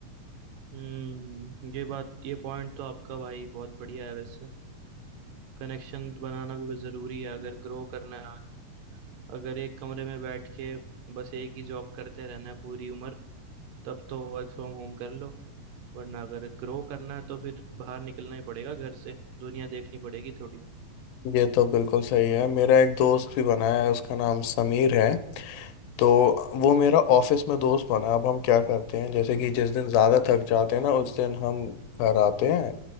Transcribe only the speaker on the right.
हम्म ये बात ये पॉइंट तो आपका भाई बहुत बढ़िया है वैसे कनेक्शन बनाना भी बहुत ज़रूरी है अगर ग्रो करना है आगे अगर एक कमरे में बैठ के बस एक ही जॉब करते रहना है पूरी उम्र तब तो वर्क फ्रॉम होम कर लो वरना अगर ग्रो करना है तो फिर बाहर निकलना ही पड़ेगा घर से दुनिया देखनी पड़ेगी थोड़ी